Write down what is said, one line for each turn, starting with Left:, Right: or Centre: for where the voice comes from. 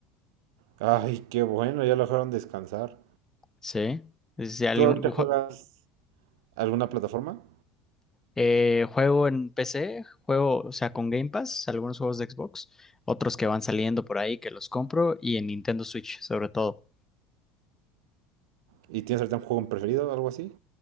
Right: Ay, qué bueno, ya lo dejaron descansar.
Left: Sí, es ya algún
Right: ¿Tú ahorita juegas
Left: ju-
Right: alguna plataforma?
Left: eh, juego en PC, juego, o sea, con Game Pass, algunos juegos de Xbox, otros que van saliendo por ahí que los compro y en Nintendo Switch sobre todo.
Right: ¿Y tienes ahorita un juego preferido o algo así?